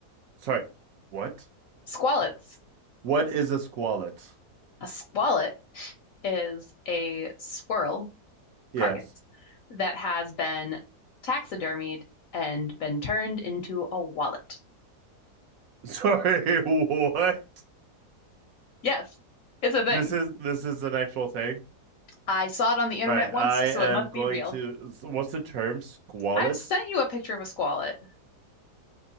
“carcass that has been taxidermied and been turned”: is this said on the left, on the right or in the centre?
Left